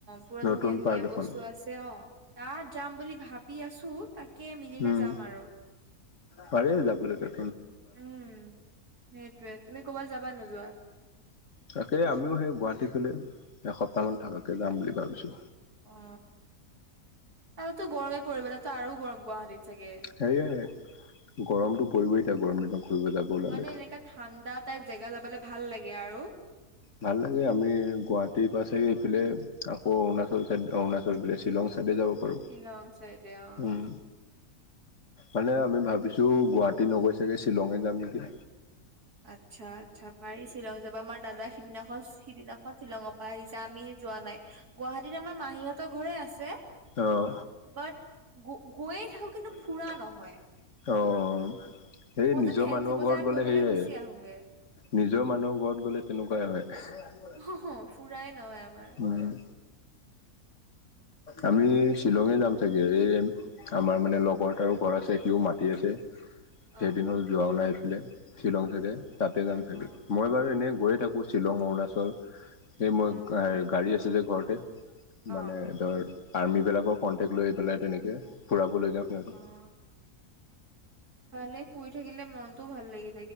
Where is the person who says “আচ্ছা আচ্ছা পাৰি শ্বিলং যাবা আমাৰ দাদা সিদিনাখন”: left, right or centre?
Right